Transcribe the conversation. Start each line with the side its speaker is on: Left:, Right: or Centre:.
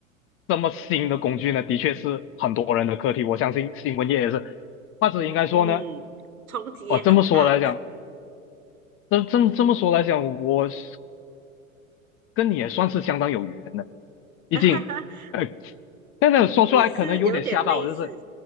Left: 这么新的工具呢，的确是很多人的课题。我相信新闻业也是，或者应该说呢，
Right: 嗯，冲击也很大，
Left: 哦，这么说来讲，这这么这么说来讲，我是跟你也算是相当有缘的。毕竟，
Right: <laughs>
Left: 呃，但是说出来可能有点吓到我就是
Right: 也是有点类似，